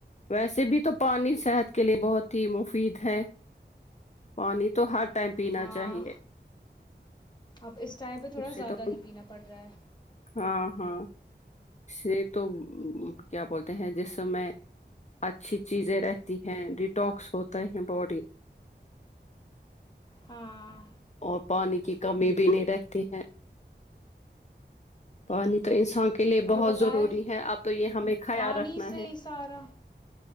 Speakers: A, on the left; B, on the left.
A: ویسے بھی تو پانی صحت کے لیے بہت ہی مفید ہے پانی تو ہر ٹائم پینا
B: ہاں
A: چاہیے
B: اب اس ٹائم پہ تھوڑا
A: اس سے
B: زیادہ
A: تو
B: ہی پینا پڑ رہا ہے
A: ہاں ہاں اسے تو کیا بولتے ہیں جس س میں اچھی چیزیں رہتی ہیں ڈیٹکس ہوتا ہے باڈی
B: ہاں
A: اور پانی کی کمی بھی نہیں رہے ہیں پانی تو انسان کے کے لیے
B: اور
A: بہت
B: بتائے
A: ضروری ہے اب تو یہ ہمیں خیال
B: پانی
A: رکھنا
B: سے
A: ہے
B: ہی سارا